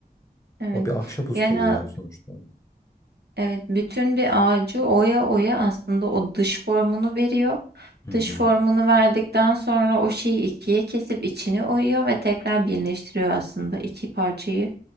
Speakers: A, on the right; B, on the left.
A: evet.
B: O bir ahşap ustalığı
A: Yani
B: ya sonuçta.
A: Evet, bütün bir ağacı oya oya aslında o dış formunu veriyor.
B: Hı hı.
A: Dış formunu verdikten sonra o şeyi ikiye kesip içini oyuyor ve tekrar birleştiriyor aslında iki parçayı